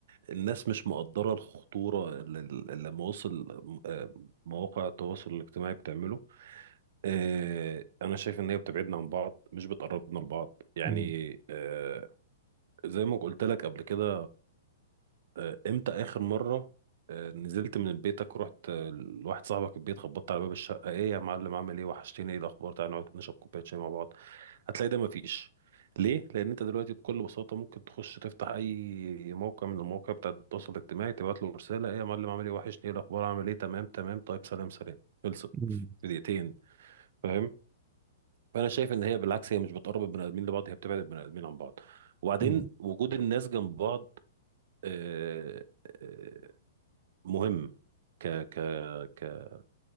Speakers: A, on the right; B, on the right.
A: الناس مش مقدرة الخطورة اللي اللي مواصل آه، مواقع التواصل الاجتماعي بتعمله آه، انا شايف ان هي بتبعدنا عن بعض مش بتقربنا لبعض يعني
B: مم.
A: آه، زي ما قلت لك قبل كده آه، امتى اخر مرة آه، نزلت من بيتك ورحت آه، لواحد صاحبك البيت خبطت على باب الشقة ايه يا معلم عامل ايه وحشتني ايه الاخبار تعالى نقعد نشرب كوباية شاي مع بعض هتلاقي ده مفيش ليه؟ لأن أنت دلوقتي بكل بساطة ممكن تخش تفتح أي موقع من المواقع بتاع التواصل الاجتماعي تبعت له رسالة إيه يا معلم عامل إيه وحشني إيه الأخبار عامل إيه تمام تمام طيب سلام سلام خلصت
B: مم.
A: في دقيقتين فاهم؟ فأنا شايف إن هي بالعكس هي مش بتقرب البني آدمين لبعض هي بتبعد البني آدمين عن بعض وبعدين
B: مم.
A: وجود الناس جنب بعض آه، آه، مهم ك ك ك